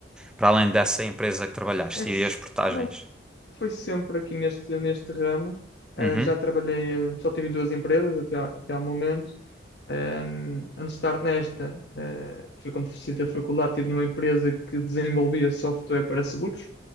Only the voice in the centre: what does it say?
para além dessa empresa que trabalhaste
e as portagens?
Uhum,